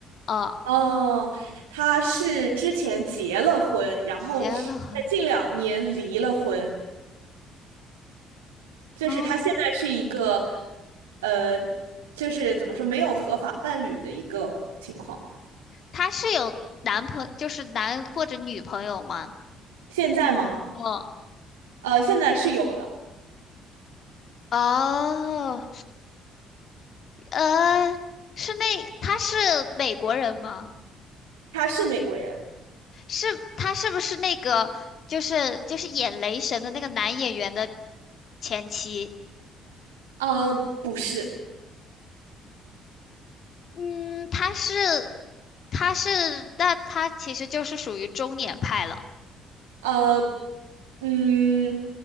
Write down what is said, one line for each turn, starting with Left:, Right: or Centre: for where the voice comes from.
Left: 哦，
Right: 哦，他是之前结了婚，然后在近两年离了婚，
Left: 结了婚。
Right: 就是他现在是一个
Left: 哦，
Right: 呃，就是怎么说没有合法伴侣的一个情况。
Left: 他是有男朋就是男或者女朋友吗？
Right: 现在吗？
Left: 哦
Right: 呃，现在是有的，
Left: 哦，呃，是那他是美国人吗？
Right: 他是美国人。
Left: 是他是不是那个就是就是演雷神的那个男演员的前妻？
Right: 呃，不是，
Left: 嗯，他是他是那他其实就是属于中年派了，
Right: 呃，嗯，